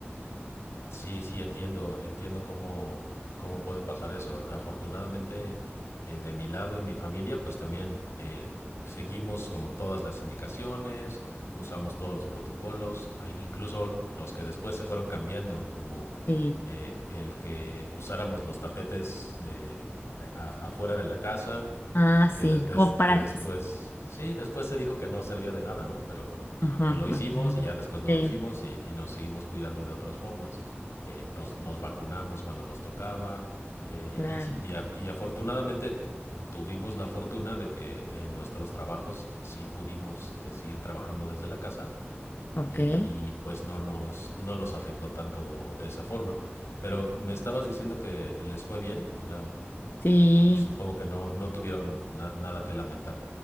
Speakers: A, on the left; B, on the left.
A: Sí, sí, entiendo, entiendo cómo, cómo puede pasar eso. Afortunadamente, eh, de mi lado, en mi familia, pues también eh, seguimos como todas las indicaciones, usamos todos los protocolos, hay incluso los que después se fueron cambiando, como
B: Sí.
A: eh, el que usáramos los tapetes de, a- afuera de la casa,
B: Ah, sí,
A: que, de- des-
B: como para...
A: que después, sí, después se dijo que no servía de nada, ¿no? Pero
B: Ajá,
A: pues lo hicimos
B: ok.
A: y ya después no
B: Sí,
A: lo hicimos y, y nos seguimos cuidando de otras formas. Eh, nos, nos vacunamos cuando nos tocaba eh,
B: claro,
A: y, y a- y afortunadamente tuvimos la fortuna de que en nuestros trabajos sí pudimos eh, seguir trabajando desde la casa
B: ok.
A: eh, y pues no nos, no nos afectó tanto de esa forma. Pero me estabas diciendo que les fue bien, o sea,
B: Sí.
A: Supongo que no, no tuvieron na- nada que lamentar.